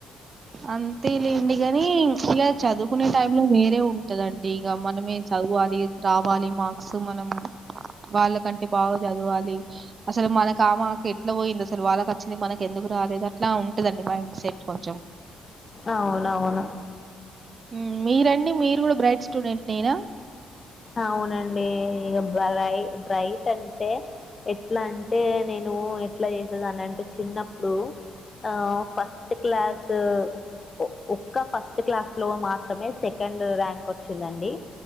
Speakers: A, on the right; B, on the left.
A: అంతే లేంది గనీ. ఇగ చదువుకునే టై లో వేరే ఉంటదండి, ఇగ మనమే చదవాలి, రావాలి మార్క్స్ మ. మనం, మూ. వాళ్ళకంటే బాగా జదువాలి, ష్ అసలు మనక ఆ మర్క్ ఎట్లా వొయిందో అసలు వాళ్ళకు అచ్చింది మనకి ఎందు. రాలేదట్ల ఉంటదండి మైండ్ సెట్ కొంచం.
B: అవునవును.
A: ఉమ్ మీరండి మీరు కూడా, బ్రైట్ స్టూడెంట్టే నేనా.
B: అవునండీ, ఇగ బ్రై బ్రైట్ అంటే, ఎట్లా అంటే నేనూ ఎ. ఎట్లా యేసేదానంటే చిన్నప్పుడు ఆ ఫస్ట్ క్లాస్ ఊ. ఓ ఒక్క ఫస్ట్ క్లాస్ లో మాత్రమే సెకండ్ ర్యాంక్ వొచ్చిందండీ.